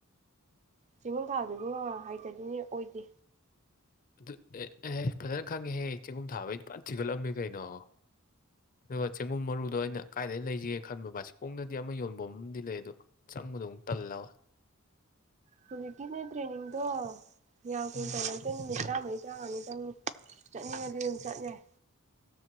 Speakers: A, on the right; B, on the left.
A: ꯆꯦꯡꯒꯨꯝ ꯊꯥꯗꯨꯕꯨ ꯏꯕꯨꯉꯣ ꯍꯩꯇꫪꯗꯤꯅꯦ ꯑꯣꯏꯗꯦ
B: ꯑꯗꯨ ꯑꯦꯍꯦ ꯐꯖꯅ ꯈꯪꯉꯦꯍꯦ ꯆꯦꯡꯒꯨꯝ ꯊꯥꯕꯩꯗꯤ ꯐꯖꯅ ꯊꯤꯒꯠꯂꯝꯃꯦ ꯀꯩꯅꯣ ꯑꯗꯨꯒ ꯆꯦꯡꯒꯨꯝ ꯃꯔꯨꯗꯣ ꯑꯩꯅ ꯀꯥꯏꯗꯩ ꯂꯩꯖꯤꯒꯦ ꯈꯟꯕ ꯕꯥꯁꯤꯈꯣꯡꯗꯗꯤ ꯑꯃ ꯌꯣꯟꯕꯝ ꯑꯃꯗꯤ ꯂꯩ ꯑꯗꯣ ꯆꯪꯕꯗꯣ ꯑꯃꯨꯛ ꯇꯜꯂꯕ
A: ꯍꯧꯖꯤꯛꯀꯤꯅꯦ ꯇ꯭ꯔꯦꯅꯤꯡꯗꯣ ꯌꯥꯝ ꯀꯨꯏꯅ
B: ꯎꯝ
A: <unintelligible> ꯑꯇꯩ ꯅꯨꯃꯤꯠ ꯇꯔꯥꯃꯔꯤ ꯇꯔꯉ ꯅꯤ ꯆꯪꯅꯤ ꯆꯠꯅꯤꯡꯉꯗꯤ ꯑꯗꯨꯝ ꯆꯠ ꯌꯥꯏ